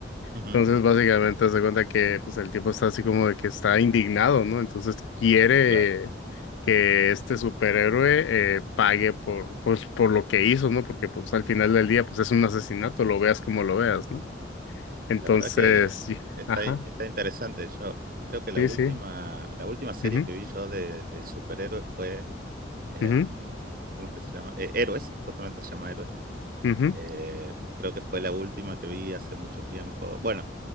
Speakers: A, on the right; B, on the left.
A: Ujú,
B: Entonces, básicamente, se cuenta que pues, el tipo está así como de que está indignado, ¿no? Entonces, quiere
A: Claro.
B: que este superhéroe eh, pague por, pues, por lo que hizo, ¿no? Porque pues, al final del día pues, es un asesinato, lo veas como lo veas, ¿no? Entonces,
A: La verdad que
B: y-
A: está,
B: ajá,
A: in- está interesante. Yo creo que
B: sí,
A: la última,
B: sí.
A: la última serie
B: ujú,
A: que vi yo de, de superhéroes fue, em,
B: ujú,
A: ¿cómo es que se llama? Eh, Héroes, justamente se llama Héroes.
B: ujú,
A: Eh, creo que fue la última que vi hace mucho tiempo. Bueno,